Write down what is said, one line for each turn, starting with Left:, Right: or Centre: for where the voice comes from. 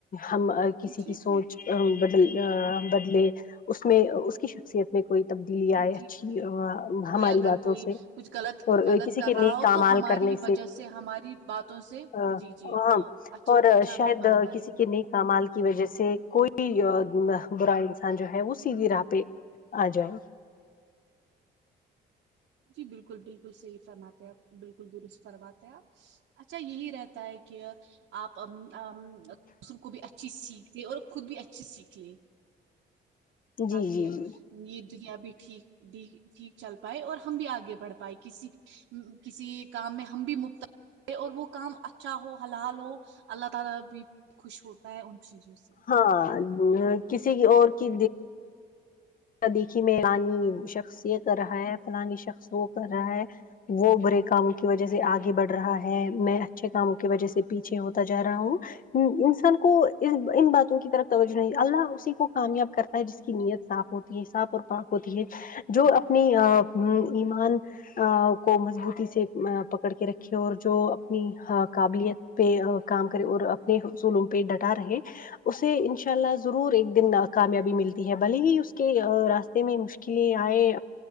Left: ہم کسی
Right: جی
Left: کی سوچ
Right: جی
Left: بدل بدلے اس میں اس کی شخصیت میں کوئی تبدیلی آئے
Right: جی
Left: اچھی
Right: جی کوئی
Left: ہماری
Right: اگر
Left: باتوں
Right: کوئی
Left: سے
Right: کچھ غلط
Left: اور
Right: غلط
Left: کسی کے
Right: رہا
Left: نیک
Right: ہو
Left: اعمال
Right: تو ہماری
Left: کرنے
Right: وجہ سے ہماری باتوں سے
Left: آ،
Right: جی جی
Left: ہاں
Right: وہ اچھا
Left: اور
Right: اچھا
Left: شاید
Right: بن پائے
Left: کسی کے نیک اعمال کی وجہ سے کوئی برا انسان جو ہے وہ سیدھی راہ پہ آ جاؤ
Right: جی بالکل بالکل صحیح فرماتے ہیں آپ بالکل درست فرماتے آپ اچھا یہی رہتا ہے کہ آپ دوسروں کو بھی اچھی سیکھ دیں اور خود بھی اچھی سیکھ لے تاکہ
Left: جی جی جی
Right: یہ دنیا بھی ٹھیک ٹھیک چل پائے اور ہم بھی آگے بڑھ پائے کسی کسی کام میں ہم بھی مبتلا اور وہ کام اچھا ہو حلال ہو اللہ تعالی بھی خوش ہوتا ہے ان چیزوں سے
Left: ہاں کسی کی اور کی دیکھا دیکھی میں فلانی شخص یہ کر رہا ہے فلانی شخص وہ کر رہا ہے وہ برے کام کی وجہ سے آگے بڑھ رہا ہے میں اچھے کاموں کی وجہ سے پیچھے ہوتا جا رہا ہوں انسان کو ان باتوں کی طرف توجہ نہیں اللہ اسی کو کامیاب کرتا ہے جس کی نیت صاف ہو تی ہے صاف اور پاک ہوتی ہے جو اپنے ایمان کو مضبوطی سے پکڑ کے رکھے اور جو اپنی قابلیت پہ کام کرے اور اپنے اصولوں پہ ڈٹا رہے اسے ان شاء اللہ ضرور ایک دن نہ کامیابی ملتی ہے بھلے ہی اس کہ راستے میں مشکلیں آئے